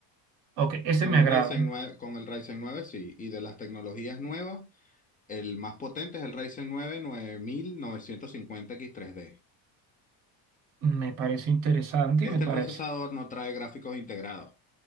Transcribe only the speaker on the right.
Ok, ese
me
agrada.
Me parece interesante
y me parece.